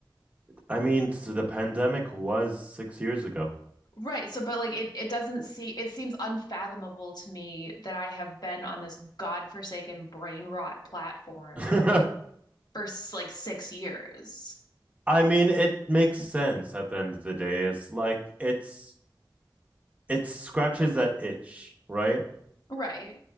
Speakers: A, on the right; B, on the left.
A: I mean, so the pandemic was six years ago.
B: Right. So, but like it, it doesn't see, it seems unfathomable to me that I have been on this godforsaken brain rot platform
A: <laughs> I
B: for s- like six years.
A: mean, it makes sense at the end of the day. It's like it's it scratches that itch, right?
B: Right.